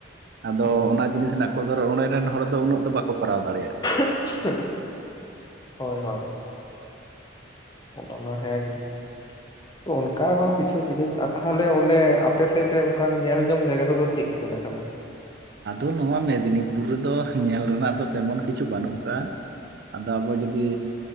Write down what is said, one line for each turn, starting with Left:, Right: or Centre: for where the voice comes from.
Right: ᱟᱫᱚ
Left: ᱦᱩᱸ᱾
Right: ᱚᱱᱟ ᱡᱤᱱᱤᱥ ᱨᱮᱱᱟᱜ ᱠᱚᱫᱚᱨ ᱚᱸᱰᱮ ᱨᱮᱱ ᱦᱚᱲ ᱫᱚ ᱩᱱᱟᱹᱜ ᱫᱚ ᱵᱟᱠᱚ ᱠᱚᱨᱟᱣ ᱫᱟᱲᱮᱭᱟᱜᱼᱟ᱾
Left: <inaudible> ᱦᱳᱭ ᱦᱳᱭ ᱚᱱᱟ ᱢᱟ ᱦᱮᱸ ᱜᱮ᱾
Right: <inaudible>
Left: <inaudible> ᱚᱱᱠᱟ ᱦᱚᱸ ᱠᱤᱪᱷᱩ ᱡᱤᱱᱤᱥ ᱛᱟᱦᱚᱞᱮ ᱚᱸᱰᱮ ᱟᱯᱮᱥᱮᱫ ᱨᱮ ᱚᱱᱠᱟᱱ ᱧᱮᱞ ᱡᱚᱝ ᱡᱟᱭᱜᱟ ᱠᱚᱫᱚ ᱪᱮᱫ ᱠᱚ ᱢᱮᱱᱟᱜ ᱟᱠᱟᱫᱟ?
Right: ᱟᱫᱚ ᱱᱚᱣᱟ ᱢᱮᱫᱽᱱᱤᱯᱩᱨ ᱨᱮᱫᱚ ᱧᱮᱞ ᱨᱮᱱᱟᱜ ᱫᱚ ᱛᱮᱢᱚᱱ ᱠᱤᱪᱷᱩ ᱵᱟᱹᱱᱩᱜ ᱠᱟᱜᱼᱟ᱾ ᱟᱫᱚ ᱟᱵᱚ ᱡᱩᱫᱤ